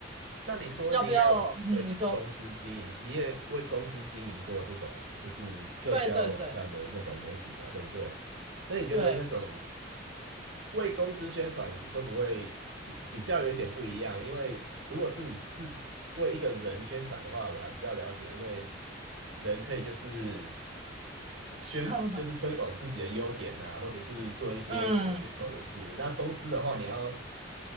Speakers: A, on the right (about 80°); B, on the right (about 30°).
A: 那你说你也有为公司经营，
B: 要不要？嗯，你说，
A: 你也为公司经营过这种就是社交网站的那种媒体吧，
B: 对对对
A: 对不对？那你觉得那种
B: 对，
A: 为公司宣传会不会比比较有一点不一样？因为如果是你自己为一个人宣传的话，我还比较了解，因为人可以就是宣，
B: <laughs>
A: 就是推广自己的优点啊，或者是做一些有噱头的事。
B: 嗯，
A: 那公司的话，你要